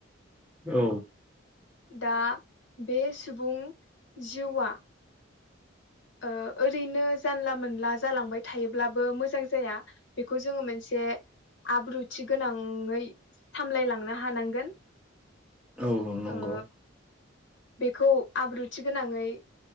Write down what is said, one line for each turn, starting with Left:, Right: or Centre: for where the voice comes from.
Centre: औ
Left: दा बे सुबुं जिउआ ओ ओरैनो जानला मोनला जालांबाय थायोब्लाबो मोजां जाया बेखौ जोङो मोनसे आब्रुथि गोनाङै सामलायलांनो हानांगोन
Centre: औ नंगौ
Left: ओ बेखौ आब्रुथि गोनाङै